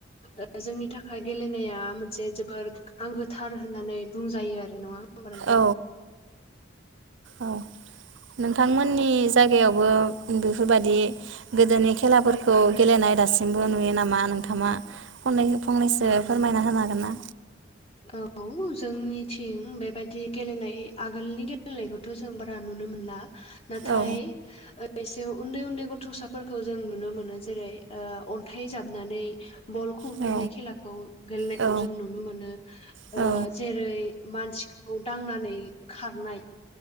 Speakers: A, on the left; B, on the right.
A: ओ जोंनि थाखाय गेलेनाया मोनसे जोबोर आंगोथार होननानै बुंजायो आरो नङा होमबा नोंथां
B: औ औ नोंथांमोननि जायगायावबो बेफोरबादि गोदोनि खेलाफोरखौ गेलेनाय दासिमबो नुयो नामा नोंथाङा? फंनै-फंनैसो
A: ओ
B: फोरमायना होनो हागोनना?
A: औ जोंनिथिं बेबायदि गेलेनाय आगोलनि गेलेनायखौथ' जों बारा नुनो मोनला। नाथाय
B: औ
A: बैसोआव उन्दै उन्दै गथ'साफोरखौ जों नुनो मोनो जेरै ओ अन्थाइ जाबनानै बल खुबैनाय
B: औ
A: खेलाखौ गेलेनायखौ
B: औ
A: जों नुनो मोनो। ओ
B: औ
A: जेरै मानसिखौ दांनानै खारनाय